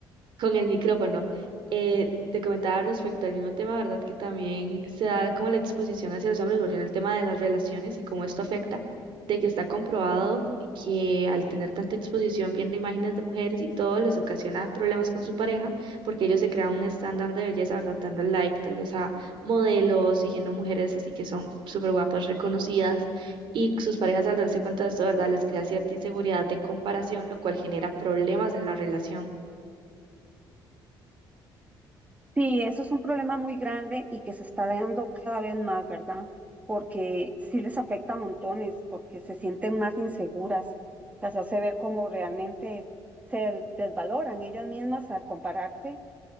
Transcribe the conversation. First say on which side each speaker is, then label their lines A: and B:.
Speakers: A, on the right; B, on the right.
A: con el micrófono. Eh, te comentaba respecto al mismo tema, ¿verdad? Que también se da como la exposición hacia los hombres, volviendo al tema de las relaciones y cómo esto afecta, de que está comprobado que al tener tanta exposición viendo imágenes de mujeres y todo, les ocasiona problemas con su pareja, porque ellos se crean un estándar de belleza, ¿verdad? Dando like tal vez a modelos, siguiendo mujeres así que son súper guapas, reconocidas, y sus parejas al darse cuenta de esto, ¿verdad? Les crea cierta inseguridad de comparación, lo cual genera problemas en la relación.
B: Sí, eso es un problema muy grande y que se está dando cada vez más, ¿verdad? Porque sí les afecta a montones, porque se sienten más inseguras, las hace ver como realmente se desvaloran ellas mismas al compararse